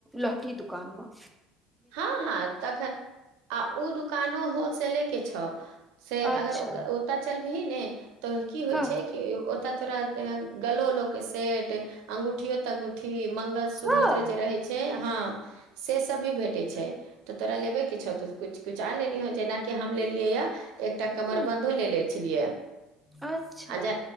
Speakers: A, in the centre; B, on the right.
A: लहठी दुकान मऽ।
B: हाँ, हाँ तखन। आ ओ दुकानो हॉलसेले कऽ छ, से
A: अच्छा
B: अगर ओकर ओतऽ चलबही ने। तो की होय
A: हँ
B: छै कि ओता तोरा गलो उलो कऽ सेट अंगूठियो तंगूठी। की मंगलसूत्र
A: हँ
B: जे रहे छै, हाँ से सब भी। छै तऽ तोरा लेबे कि छा। तु कुछ-कुछ आन लिहा जेनाकि हम लेलियै य। एकटा कमर
A: ह
B: बंधो ले ले छलियै
A: अच्छा
B: आ जा